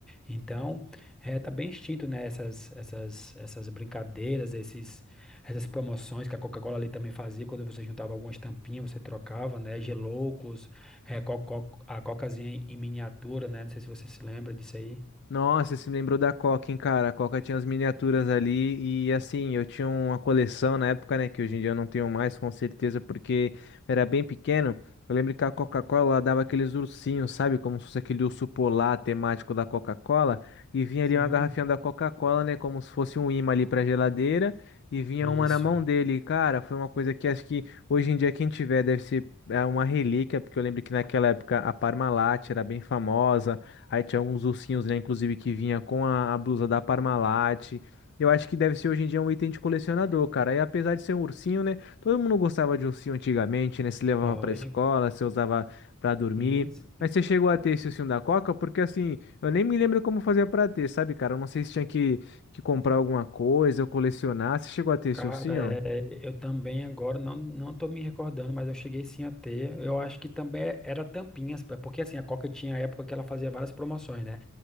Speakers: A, in the centre; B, on the left (about 50°).
A: Então, é, tá bem extinto, né, essas, essas, essas brincadeiras, esses, essas promoções que a Coca-Cola ali também fazia, quando você juntava algumas tampinhas, você trocava, né, geloucos, é, co- co- a cocazinha em miniatura, né? Não sei se você se lembra disso aí.
B: Nossa, você me lembrou da Coca, hein, cara? A Coca tinha as miniaturas ali e assim, eu tinha uma coleção na época, né, que hoje em dia eu não tenho mais, com certeza, porque era bem pequeno. Eu lembro que a Coca-Cola ela dava aqueles ursinhos, sabe? Como se fosse aquele urso polar temático da Coca-Cola. E vinha ali
A: Sim,
B: uma garrafinha da Coca-Cola, né? Como se fosse um imã ali pra geladeira. E vinha
A: Isso,
B: uma na mão dele. E, Cara, foi uma coisa que acho que hoje em dia quem tiver deve ser é, uma relíquia, porque eu lembro que naquela época a Parmalat era bem famosa. Aí tinha alguns ursinhos, né? Inclusive que vinha com a, a blusa da Parmalat. Eu acho que deve ser hoje em dia um item de colecionador, cara. E apesar de ser um ursinho, né? Todo mundo gostava de ursinho antigamente, né? Se levava
A: lógico.
B: pra escola, se usava pra dormir.
A: Sim, sim.
B: Mas você chegou a ter esse ursinho da Coca? Porque assim, eu nem me lembro como fazia pra ter, sabe, cara? Eu não sei se tinha que, que comprar alguma coisa ou colecionar. Você chegou a ter esse
A: Cara,
B: ursinho?
A: é, eu também agora não, não tô me recordando, mas eu cheguei sim a ter. Eu acho que também é, era tampinhas, pá, porque assim, a Coca tinha a época que ela fazia várias promoções, né?